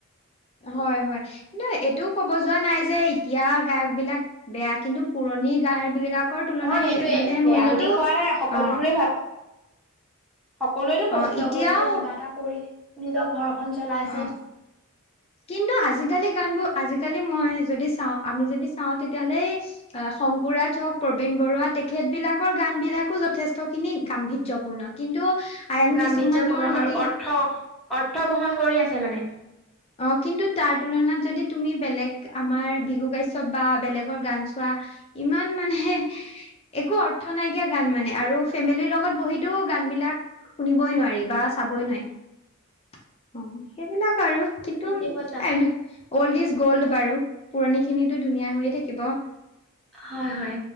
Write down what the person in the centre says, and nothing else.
অ সেইটোয়ে
বেয়া
বুলি কোৱা নাই সকলোবোৰে
ভাল সকলোৱেতো কষ্ট
কৰিছে কিবা এটা, কৰি নিজৰ ঘৰখন চলাইছে।
<unintelligible>
গাম্ভীৰ্যপূৰ্ণ
আৰু অৰ্থ-অৰ্থ বহন কৰি আছে মানে। <unintelligible>
ঠিকে কৈছা
হয়-হয়,